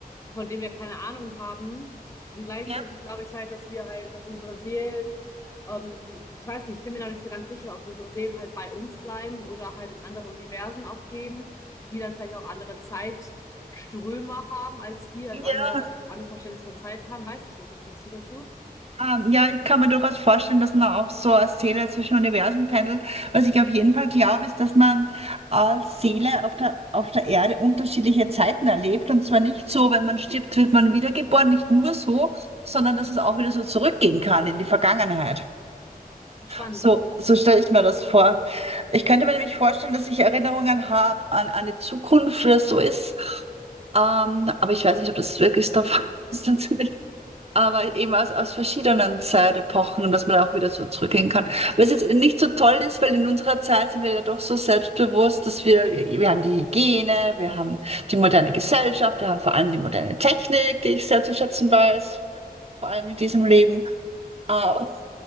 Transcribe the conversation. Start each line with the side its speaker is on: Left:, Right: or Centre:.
Left: von denen wir keine Ahnung haben. Und gleichzeitig
Right: Ja.
Left: glaube ich halt, dass wir halt, dass unsere Seelen, ähm, ich weiß nicht, ich bin mir noch nicht so ganz sicher, ob unsere Seelen halt bei uns bleiben oder halt in andere Universen auch gehen, die dann vielleicht auch andere Zeitströme haben als wir, also
Right: Ja.
Left: andere, anderes Verständnis von Zeit haben, weiß ich nicht. Was denkst du dazu?
Right: Ah, ja, ich kann mir durchaus vorstellen, dass man auch so als Seele zwischen Universen pendelt. Was ich auf jeden Fall glaube, ist, dass man als Seele auf der, auf der Erde unterschiedliche Zeiten erlebt. Und zwar nicht so, wenn man stirbt, wird man wiedergeboren, nicht nur so, sondern dass es auch wieder so zurückgehen kann in die Vergangenheit.
Left: Spannend.
Right: So,
Left: Okay.
Right: so stelle ich mir das vor. Ich könnte mir nämlich vorstellen, dass ich Erinnerungen habe an eine Zukunft, wie das so ist. Ähm, aber ich weiß nicht, ob das wirklich der Fall ist. <laughs> aber eben aus, aus verschiedenen Zeitepochen, dass man auch wieder so zurückgehen kann. Was jetzt nicht so toll ist, weil in unserer Zeit sind wir ja doch so selbstbewusst, dass wir, wir haben die Hygiene, wir haben die moderne Gesellschaft, wir haben vor allem die moderne Technik, die ich sehr zu schätzen weiß, vor allem in diesem Leben. Ah,